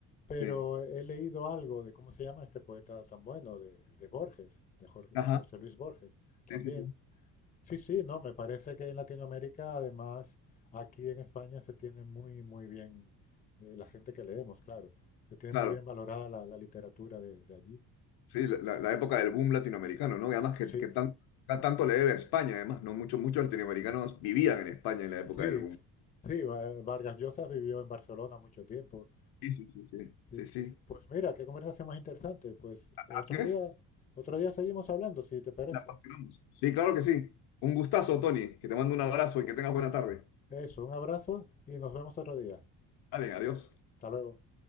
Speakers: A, on the left; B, on the left.
A: pero
B: sí.
A: he leído algo de, ¿cómo se llama este poeta tan bueno? De, de Borges, de Jor-
B: Ajá,
A: José Luis Borges, también.
B: sí, sí, sí.
A: Sí, sí, no, me parece que en Latinoamérica, además, aquí en España se tiene muy, muy bien, eh, la gente que leemos, claro, se tiene
B: Claro,
A: muy bien valorada la, la literatura de, de allí.
B: sí, la, la- la época del boom latinoamericano, ¿no? Y además que,
A: Sí,
B: que tan- tan- tanto le debe a España, además, ¿no? Muchos, muchos latinoamericanos vivían en España en la época
A: sí,
B: del boom.
A: sí, Va- Vargas Llosa vivió en Barcelona mucho tiempo.
B: Sí, sí, sí, sí,
A: Sí.
B: sí, sí.
A: Pues mira, qué conversación más interesante. Pues eh, otro
B: Así es,
A: día, otro día seguimos hablando, si te parece.
B: la continuamos. Sí, claro que sí. Un gustazo, Tony, que te mando un
A: Y-
B: abrazo y que tengas buena tarde.
A: Eso, un abrazo y nos vemos otro día.
B: Vale, adiós.
A: Hasta luego.